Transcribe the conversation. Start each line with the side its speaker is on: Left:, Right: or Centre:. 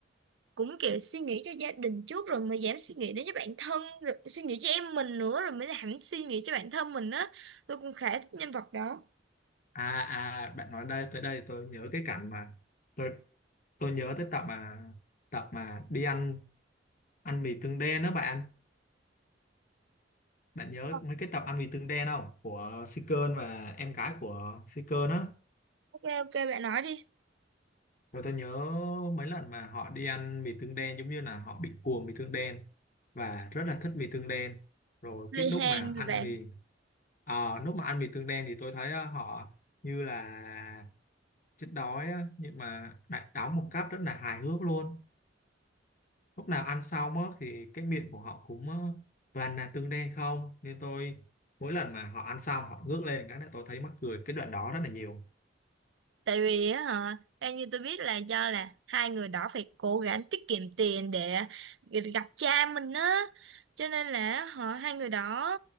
Right: cũng kiểu suy nghĩ cho gia đình trước rồi mới dám suy nghĩ đến cho bản thân rồi suy nghĩ cho em mình nữa rồi mới dám suy nghĩ cho bản thân mình á tôi cũng khá thích nhân vật đó
Left: à à bạn nói đây tới đây tôi nhớ cái cảnh mà tôi tôi nhớ tới tập mà tập mà đi ăn ăn mì tương đen đó bạn bạn nhớ
Right: Ờ,
Left: mấy cái tập ăn mì tương đen không của Seeker và em gái của Seeker đó.
Right: ok ok bạn nói đi
Left: Rồi tôi nhớ mấy lần mà họ đi ăn mì tương đen giống như là họ bị cuồng mì tương đen và rất là thích mì tương đen. Rồi
Right: người
Left: cái lúc
Right: Hàn
Left: mà
Right: mà
Left: ăn
Right: bạn
Left: mì à, lúc mà ăn mì tương đen thì tôi thấy ờ, họ như là chết đói á, nhưng mà lại đóng một cách rất là hài hước luôn. Lúc nào ăn xong á, thì cái miệng của họ cũng ờ, toàn là tương đen không nên tôi mỗi lần mà họ ăn xong họ ngước lên cái là tôi thấy mắc cười cái đoạn đó rất là nhiều.
Right: tại vì á hả, theo như tôi biết là do là hai người đó phải cố gắng tiết kiệm tiền để gặp cha mình á cho nên là họ hai người đó